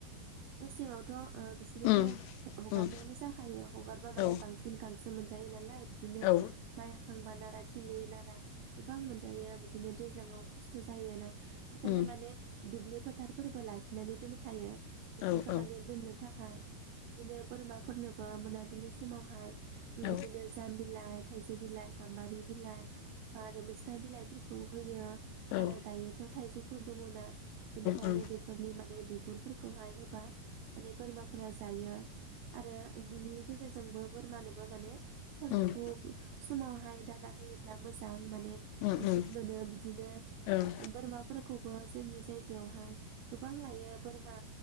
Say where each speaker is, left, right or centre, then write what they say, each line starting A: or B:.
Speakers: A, on the right; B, on the left.
A: मेसेंआवथ' ओ बिसोरखौ
B: उम
A: हेग हगारनायानो
B: उम
A: जाखायो हगारबा माने
B: औ
A: बांसिन गांसो मोन जायो नालाय बिदिनो
B: औ
A: माइ हाखांबा नाराथ थिलि नारा गोबां मोनजायो। दिनो दैज्लाङाव खस्थ' ज जायो ना? खायनो
B: उम
A: माने दुब्लि फोथारफोरबो लाखिनानै दोनखायो। बिसोरखौ
B: औ उम
A: माने दोननो। थाखाय दिनोप बोरमा फोरनोब बो मोनाबिलि समावहाय। उम
B: औ
A: बिदिनो जाम बिलाइ थाइजौ बिलाइ, गाम्बारि बिलाइ। बा आरो मेस्टा बिलाइ फोरखौ होयो।
B: औ
A: आरो दायोथ' थाइजौ। फुदु मुना इनिखायनो
B: ओं
A: बेफोरनि माने बिफ गुरफोरखौहाय होबा माने बोरमाफोरा जायो आरो बिनि गेजेरजोंबो बोरमानोबो माने
B: ओं
A: सानजुफुब
B: उम
A: समावहाय दाना होयोब्ला मोजां। माने
B: उम
A: जिब मोनो बिदिनो
B: ओं
A: बोरमा। जोंनि जायगायावहाय गोबां लायो बोरमा।